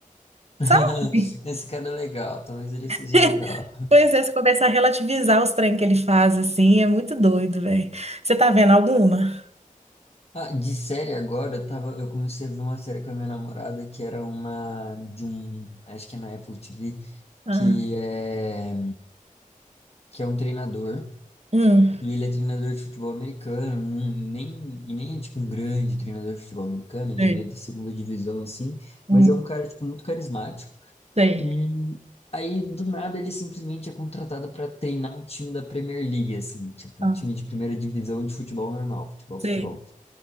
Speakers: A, on the left; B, on the right.
A: <laughs>
B: sabe?
A: Esse cara é legal, talvez ele seja
B: <laughs>
A: legal.
B: Pois é, você começa a relativizar os trem que ele faz, assim, é muito doido, velho. Você tá vendo alguma?
A: Ah, de série agora, eu tava, eu comecei a ver uma série com a minha namorada que era uma de um, acho que é na Apple TV,
B: Ah,
A: que é que é um treinador
B: hum,
A: e ele é treinador de futebol americano, não- nem e nem é tipo um grande treinador de futebol americano, ele
B: Sei,
A: é meio da segunda divisão assim,
B: hum,
A: mas é um cara tipo muito carismático.
B: sei.
A: E aí do nada ele simplesmente é contratado para treinar um time da Premier League assim, tipo
B: Ah,
A: um time de primeira divisão de futebol normal, futebol,
B: sei.
A: futebol.